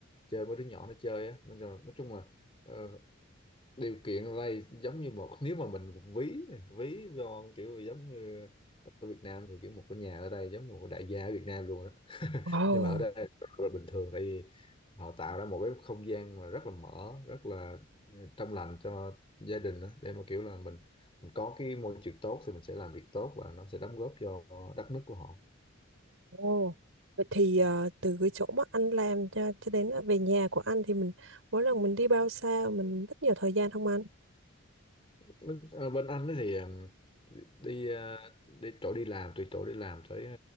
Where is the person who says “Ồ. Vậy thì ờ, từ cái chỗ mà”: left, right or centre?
Right